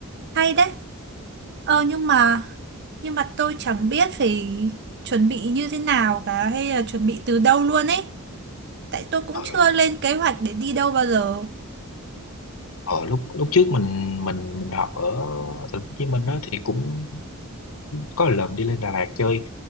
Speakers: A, on the right (about 50°); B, on the left (about 70°).
A: hay đấy. Ờ nhưng mà nhưng mà tôi chẳng biết phải chuẩn bị như thế nào cả hay là chuẩn bị từ đâu luôn ấy. Tại tôi cũng
B: Ờ,
A: chưa lên kế hoạch để đi đâu bao giờ.
B: ờ, lúc lúc trước mình mình mình học ở thành phố Hồ Chí Minh đó thì cũng có lần đi lên Đà Lạt chơi